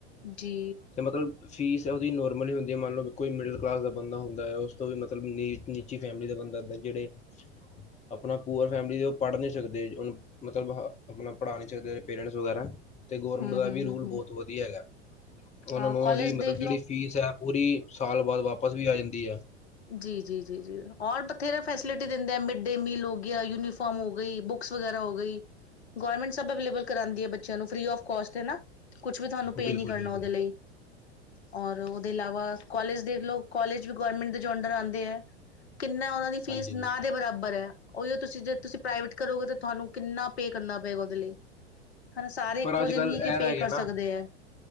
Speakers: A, on the left; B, on the left.
A: ਜੀ
B: ਤੇ ਮਤਲਬ ਫੀਸ ਹੈ ਉਹਦੀ ਨੋਰਮਲ ਹੀ ਹੁੰਦੀ ਹੈ ਮੰਨ ਲਓ ਕੋਈ ਮਿਡਲ ਕਲਾਸ ਦਾ ਬੰਦਾ ਹੁੰਦਾ ਹੈ ਉਸ ਤੋਂ ਵੀ ਮਤਲਬ ਨੀ ਨੀਚੀ ਫੈਮਿਲੀ ਦਾ ਬੰਦਾ ਹੁੰਦਾ ਜਿਹੜੇ, ਆਪਣਾ ਪੂਅਰ ਫੈਮਿਲੀ ਦੇ ਉਹ ਪੜ੍ਹ ਨਹੀਂ ਸਕਦੇ ਉਹਨੂੰ ਮਤਲਬ ਆਪਣਾ ਪੜ੍ਹਾ ਨੀ ਸਕਦੇ ਪੇਰੈਂਟਸ ਵਗੈਰਾ। ਤੇ ਗੌਰਮੈਂਟ
A: ਹਮ
B: ਦਾ
A: ਹਮ
B: ਇਹ ਵੀ ਰੂਲ
A: ਹਮ ਹਮ
B: ਬਹੁਤ ਵਧੀਆ ਹੈਗਾ। ਉਹਨਾਂ
A: ਹਾਂ
B: ਨੂੰ
A: ਕੋਲਜ
B: ਉਹਨਾਂ ਦੀ
A: ਦੇਖ
B: ਮਤਲਬ ਜਿਹੜੀ
A: ਲੋ
B: ਫੀਸ ਹੈ ਪੂਰੀ ਸਾਲ ਬਾਅਦ ਵਾਪਸ ਵੀ ਆ ਜਾਂਦੀ ਆ।
A: ਜੀ ਜੀ ਜੀ ਜੀ। ਔਰ ਬਥੇਰਾ ਫੈਸਿਲਿਟੀ ਦਿੰਦੇ ਆ ਮਿਡ ਡੇ ਮੀਲ ਹੋ ਗਿਆ, ਯੂਨੀਫਾਰਮ ਹੋ ਗਈ, ਬੁਕਸ ਵਗੈਰਾ ਹੋ ਗਈ। ਗੋਰਮੇਟੰ ਸਬ ੲਵਲੇਬਲ ਕਰਦੀ ਹੈ ਗੌਰਮੈਂਟ ਸਭ ਅਵੈਲੇਵਲ ਕਰਾਂਦੀ ਐ ਬੱਚਿਆਂ ਨੂੰ ਫਰੀ- ਆਫ ਕੋਸਟ ਹੈ ਨਾ ਕੁਛ ਵੀ ਤਹਾਨੁ ਪੇ
B: ਬਿਲਕੁਲ
A: ਨੀ ਕਰਨਾ
B: ਬਿਲਕੁਲ
A: ੳਦੇ ਲਈ ਔਰ ਉਹਦੇ ਇਲਾਵਾ, ਕਾਲਜ ਦੇਖ ਲੋ ਕਾਲਜ ਵੀ ਗੌਰਮੈਂਟ ਦੇ ਜੋ ਅੰਡਰ ਆਂਦੀ ਏ, ਕਿੰਨਾ ਉਹਨਾਂ ਦੀ ਫੀਸ
B: ਹਾਂਜੀ
A: ਨਾ
B: ਹਾਂਜੀ
A: ਦੇ ਬਰਾਬਰ ਹੈ। ਉਹੀ ਤੁਸੀਂ ਜੇ ਤੁਸੀਂ ਪ੍ਰਾਈਵੇਟ ਕਰੋਗੇ ਤਾਂ ਤੁਹਾਨੂੰ ਕਿੰਨਾ ਪੇ ਕਰਨਾ ਪਏਗਾ ਉਹਦੇ ਲਈ। ਹਨਾ ਸਾਰੇ ਇੱਕੋ
B: ਪਰ ਅੱਜ
A: ਜਿਹੇ
B: ਕੱਲ੍ਹ
A: ਨਹੀਂ ਹੈ ਕਿ
B: ਇਹ
A: ਪੇ
B: ਰਹਿ
A: ਕਰ
B: ਗਿਆ ਨਾ
A: ਸਕਦੇ ਐ।